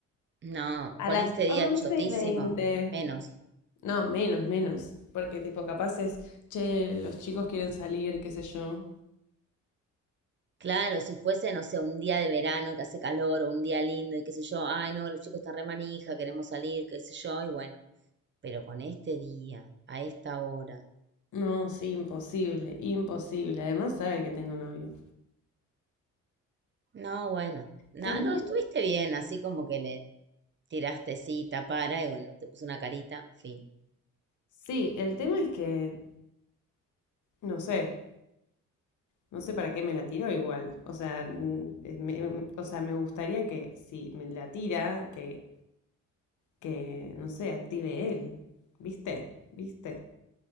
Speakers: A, on the right (about 40°); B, on the left (about 75°).
A: no,
B: A
A: con
B: las
A: este día
B: 11
A: chotísimo,
B: y veinte,
A: menos.
B: No, menos, menos. Porque tipo, capaz es, che, los chicos quieren salir, qué sé yo.
A: Claro, si fuese, no sé, un día de verano que hace calor o un día lindo y qué sé yo, ay no, los chicos están re manija, queremos salir, qué sé yo, y bueno, pero con este día, a esta hora.
B: No, sí, imposible, imposible. Además sabe que tengo novio.
A: No, bueno. nada,
B: ¿Tendré?
A: no, estuviste bien, así como que le tiraste cita para y bueno, te puso una carita, fin.
B: Sí, el tema es que, no sé, No sé para qué me la tiró igual. O sea, mm, eh, me, o sea, me gustaría que si me la tira, que, que, no sé, active él. ¿Viste? ¿Viste?